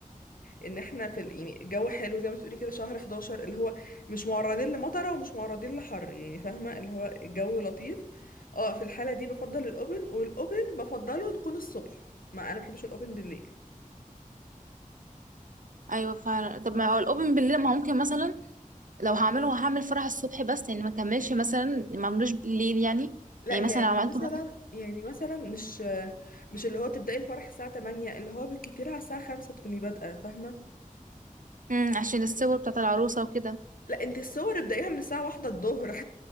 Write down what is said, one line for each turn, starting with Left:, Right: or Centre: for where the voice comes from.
Left: ان احنا في ال- يعني جو حلو زي ما تقولي كده شهر 11 اللي هو مش معرضين لمطره ومش معرضين لحر يعني فاهمه اللي هو الجو لطيف اه في الحاله دي بفضل الاوبن والاوبن بفضله نكون الصبح ما انا بحبش الاوبن بالليل
Right: ايوه فعلا طب ما هو الاوبن بالليل ما ممكن مثلا لو هعمله هعمل فرح الصبح بس يعني ما كملش مثلا ما عملوش بالليل يعني
Left: لا
Right: يعني
Left: يعني
Right: مثلا لو عملته
Left: مثلا
Right: مثلا
Left: يعني مثلا مش مش اللي هو تبداي الفرح الساعه 8 اللي هو بالكتير على الساعه 5 تكوني بادئه فاهمه
Right: مم، عشان الصور بتاعت العروسة وكده
Left: لا انت الصور ابدايها من الساعه 1 الظهر <laughs>